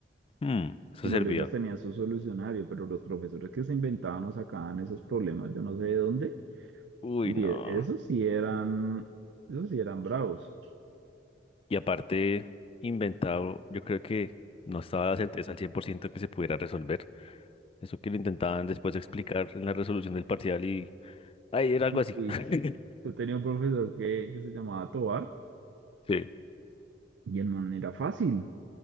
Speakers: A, on the left; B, on the right.
A: Hmm, eso
B: y los
A: servía.
B: libros tenían su solucionario, pero los profesores que se inventaban o sacaban esos problemas, yo no sé de dónde.
A: Uy,
B: Uy,
A: no.
B: e- esos sí eran, esos sí eran bravos.
A: Y aparte, inventado, yo creo que no estaba la certeza al 100% que se pudiera resolver. Eso que lo intentaban después explicar en la resolución del parcial y... Ay, era algo así.
B: Uy,
A: <laughs>
B: yo tenía un profesor que, que se llamaba Tobar
A: Sí,
B: y en manera fácil.